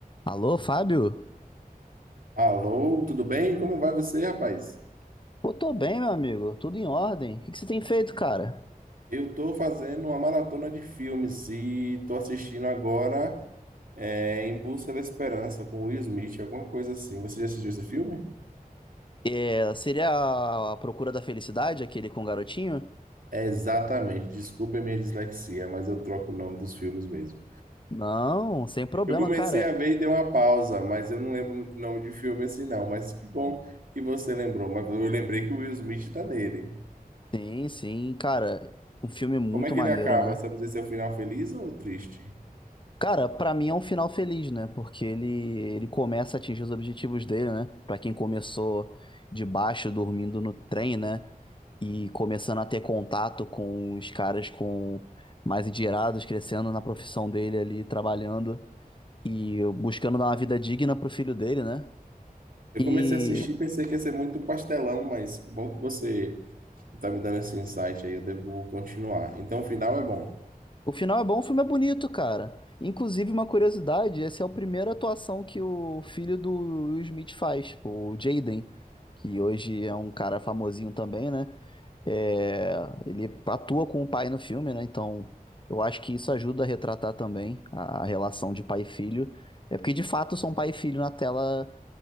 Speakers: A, on the left; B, on the right.
A: Alô, Fábio?
B: Alô, tudo bem? Como vai você, rapaz?
A: Pô, tô bem, meu amigo. Tudo em ordem. O que que você tem feito, cara?
B: Eu tô fazendo uma maratona de filmes e tô assistindo agora é, Em Busca da Esperança com Will Smith, alguma coisa assim. Você já assistiu esse filme?
A: É, seria a, a Procura da Felicidade, aquele com o garotinho?
B: É, exatamente. Desculpa a minha dislexia, mas eu troco o nome dos filmes mesmo.
A: Não, sem problema,
B: Eu comecei
A: cara.
B: a ver e dei uma pausa, mas eu não lembro muito o nome de filme assim não. Mas que bom que você lembrou. Mas eu lembrei que o Will Smith tá nele.
A: Sim, sim, cara. Um filme muito
B: Como é que
A: maneiro,
B: ele acaba?
A: né?
B: Sabe dizer se é o final feliz ou triste?
A: Cara, pra mim é um final feliz, né? Porque ele, ele começa a atingir os objetivos dele, né? Pra quem começou de baixo, dormindo no trem, né? E começando a ter contato com os caras com mais endinheirados, crescendo na profissão dele ali, trabalhando e buscando dar uma vida digna pro filho dele, né?
B: Eu
A: E
B: comecei a assistir e pensei que ia ser muito pastelão, mas que bom que você está me dando esse insight aí, eu devo continuar. Então, o final é bom.
A: O final é bom, o filme é bonito, cara. Inclusive, uma curiosidade, essa é a primeira atuação que o filho do Will Smith faz, tipo, o Jaden, que hoje é um cara famosinho também, né? É, ele atua com o pai no filme, né? Então, eu acho que isso ajuda a retratar também a relação de pai e filho. É porque, de fato, são pai e filho na tela,